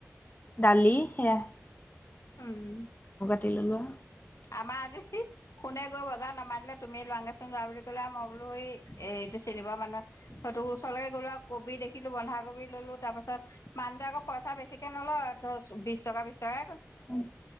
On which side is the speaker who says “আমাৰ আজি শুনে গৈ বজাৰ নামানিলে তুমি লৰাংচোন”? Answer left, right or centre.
Left